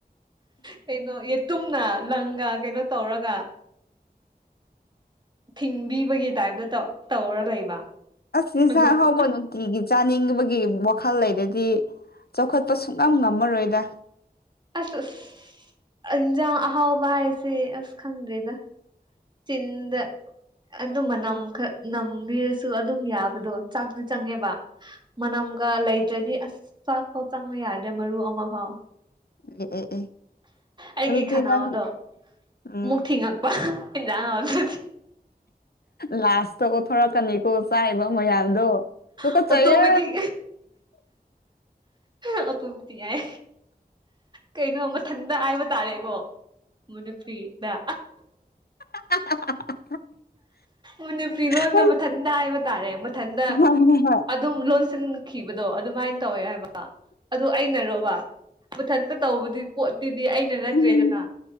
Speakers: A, on the right; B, on the left.
A: ꯀꯩꯅꯣ ꯌꯦꯇꯨꯝꯅ ꯂꯪꯒ ꯀꯩꯅꯣ ꯇꯧꯔꯒ ꯊꯤꯡꯕꯤꯕꯒꯤ ꯇꯥꯏꯞꯇ ꯇꯧꯔ ꯂꯩꯕ
B: ꯑ
A: ꯑꯗꯣ
B: ꯍꯕꯅ
A: ꯑꯁ
B: ꯆꯥꯅꯤꯡꯕꯒꯤ ꯋꯥꯈꯜ ꯂꯩꯗꯗꯤ ꯆꯥꯎꯈꯠꯄ ꯁꯨꯡꯛꯅꯝ ꯉꯝꯃꯔꯣꯏꯗ
A: ꯑꯁ ꯑꯁ ꯏꯟꯖꯥꯡ ꯑꯍꯥꯎꯕ ꯍꯥꯏꯁꯦ ꯑꯁ ꯈꯪꯗꯦꯗ ꯆꯤꯟꯗ ꯑꯗꯨ ꯃꯅꯝ ꯅꯝꯕꯤꯔꯁꯨ ꯑꯗꯨꯝ ꯌꯥꯕꯗꯣ ꯆꯥꯛꯇꯤ ꯆꯪꯉꯦꯕ ꯃꯅꯝ ꯒ ꯂꯩꯗ꯭ꯔꯗꯤ ꯑꯁ ꯆꯥꯛꯐꯥꯎ ꯆꯪꯕ ꯌꯥꯗ꯭ꯔꯦ ꯃꯔꯨ ꯑꯃ ꯐꯥꯎ
B: ꯑꯦ ꯑꯦ ꯑꯦ
A: ꯑꯩꯒꯤ
B: ꯑꯗꯨꯗꯤ
A: ꯈꯅꯥꯎꯗꯣ
B: ꯅꯪ ꯎꯝ
A: ꯃꯨꯛ ꯊꯤꯡꯉꯛꯄ ꯗꯤꯦ
B: ꯂꯥꯁ ꯀꯣ ꯊꯔ ꯀꯅꯤ ꯀꯣ ꯆꯥꯏꯕ ꯃꯌꯥꯝꯗꯣ ꯇ ꯀ
A: ꯑꯣꯇꯣꯃꯦꯇꯤꯛ
B: ꯆꯌꯦ
A: ꯑꯣ ꯇꯨꯝꯗꯤ ꯌꯥꯏ ꯀꯩꯅꯣ ꯃꯊꯟꯇ ꯍꯥꯏꯕ ꯇꯥꯔꯦꯀꯣ ꯃꯅꯤꯐ꯭ꯔꯤꯗ
B: <unintelligible>
A: ꯃꯅꯤꯄꯤꯨ ꯂꯣꯟꯗ
B: ꯍꯣꯏ
A: ꯃꯊꯟꯇ ꯍꯥꯏꯕ ꯇꯥꯔꯦ ꯃꯊꯟꯗ
B: ꯍꯣꯏ ꯍꯣꯏ ꯍꯣꯏ
A: ꯑꯗꯨꯝ ꯂꯣꯟꯁꯤꯟ ꯊꯣꯛꯈꯤꯕꯗꯣ ꯑꯗꯨꯃꯥꯏꯅ ꯇꯧꯋꯦ ꯍꯥꯏꯕ ꯑꯗꯨ ꯑꯩꯅꯔꯣꯕ ꯃꯊꯟꯛꯇ ꯇꯧꯕꯗꯤ ꯄꯣꯠꯇꯤꯗꯤ ꯑꯩꯅ ꯅꯠꯇ꯭ꯔꯦꯗꯅ
B: ꯎꯝ